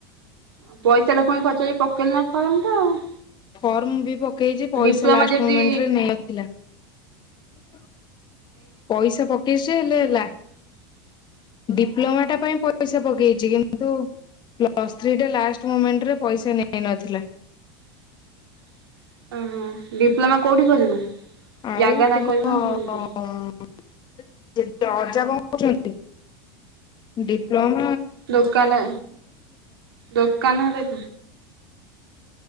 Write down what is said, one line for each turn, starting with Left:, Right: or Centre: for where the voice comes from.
Right: ଆ ପଇସାଟା ପୁଣି ଖର୍ଚ୍ଚ କକି ପୁଣି ପକେଇଲୁ ନା ଫର୍ମ ଟା ଆଉ।
Left: ଫର୍ମ ବି ପକେଇଛି ପଇସା
Right: ଡିପ୍ଲୋମା
Left: ଲାଷ୍ଟ
Right: ଯଦି
Left: ମୁମେଣ୍ଟରେ ନେଇନଥିଲା। <inaudible> ପଇସା ପକେଇଛି ହେଲେ ହେଲା।
Right: <inaudible>
Left: ଡିପ୍ଲୋମାଟା ପାଇଁ ପଇସା ପକେଇଛି କିନ୍ତୁ ପ୍ଲସ୍ ଥ୍ରୀ ଟା ଲାଷ୍ଟ ମୁମେଣ୍ଟରେ ପଇସା ନେଇନଥିଲା।
Right: <inaudible> ଓହୋ ଡିପ୍ଲୋମା କୋଉଠି କରିବୁ?
Left: ଆଉ
Right: ଜାଗା ନା
Left: ତୁମ
Right: କହିବୁ ନା କଣ
Left: <unintelligible>
Right: ଦେବି କହିବୁ
Left: ଅଜା କଣ କରିଛନ୍ତି? ଡିପ୍ଳୋମା
Right: ଦୋକାନ ଦୋକାନରେ।